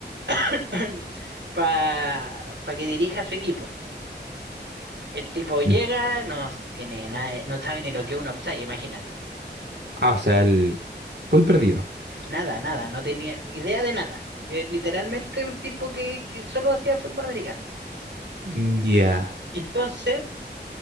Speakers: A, on the right (about 80°); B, on the right (about 70°).
A: <clears throat> <coughs> para pa que dirija su equipo. El tipo llega,
B: Mm.
A: no tiene nada, no sabe ni lo que es un offside, imagínate.
B: Ah, o sea, el full perdido.
A: Nada, nada, no tenía idea de nada. Es literalmente un tipo que, que solo hacía fútbol americano.
B: Mm, Ya.
A: Entonces,